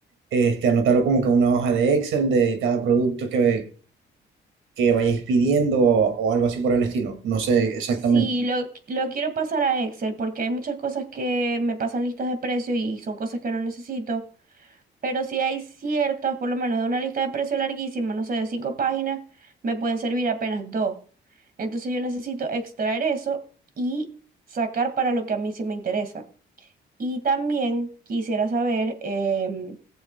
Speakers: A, on the right (about 80°); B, on the right (about 45°).
A: este, anotarlo como que en una hoja de Excel de cada producto que, que vayáis pidiendo o, o algo así por el estilo. No sé exactamente.
B: Sí, lo, lo quiero pasar a Excel porque hay muchas cosas que me pasan listas de precio y son cosas que no necesito. Pero si hay ciertas, por lo menos de una lista de precios larguísima, no sé, de cinco páginas, me pueden servir apenas dos. Entonces yo necesito extraer eso y sacar para lo que a mí sí me interesa. Y también quisiera saber em,